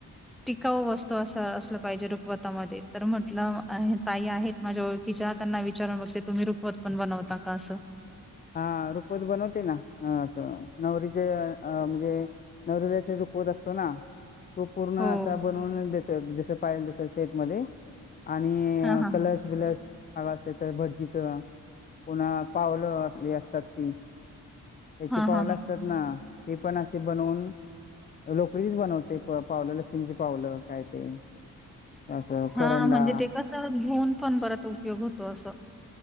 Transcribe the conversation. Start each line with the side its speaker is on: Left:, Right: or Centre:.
Centre: टिकाऊ वस्तू असा असलं पाहिजे रुखवतामध्ये तर म्ह टल आहे ताई आहेत माझ्या ओळखीच्या त्यांना विचारून बघते तुम्ही रुखवत पण बनवता का असं
Left: हा रुखवत बनवते ना अ असं नवरीचे म्हणजे लग्नदिवशी रुखवत असतो ना तो पूर्ण
Centre: हो.
Left: असा बनवून देतो जसं पाहिल तसं शेटमध्येध्ये आणि
Centre: हां, हां,
Left: कलश
Centre: हां.
Left: बिलश हवं असत तर भटजीचं पुन्हा पावलं ती असतात ती याची
Centre: हां,
Left: पाऊल
Centre: हां, हां.
Left: असतात ना ते पण असे बनवून लोकडीचच बनवते पावलं लक्ष्मीची पावलं काय ते असं
Centre: हा
Left: करंडा
Centre: म्हणजे ते कस धुन पण परत उपयोग होतो असं